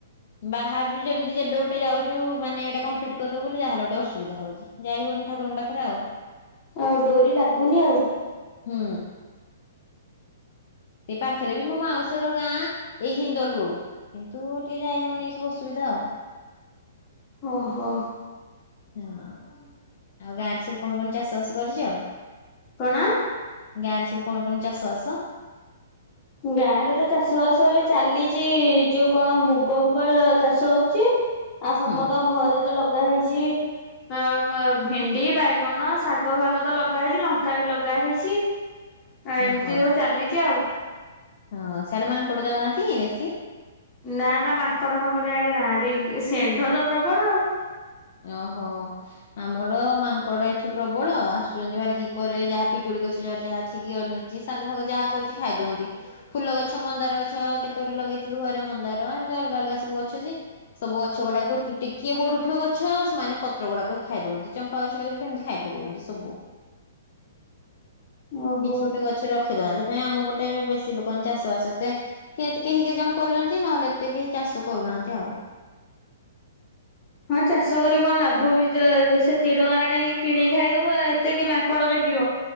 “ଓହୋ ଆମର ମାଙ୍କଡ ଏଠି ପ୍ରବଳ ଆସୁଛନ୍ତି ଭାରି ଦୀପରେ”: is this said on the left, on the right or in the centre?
Left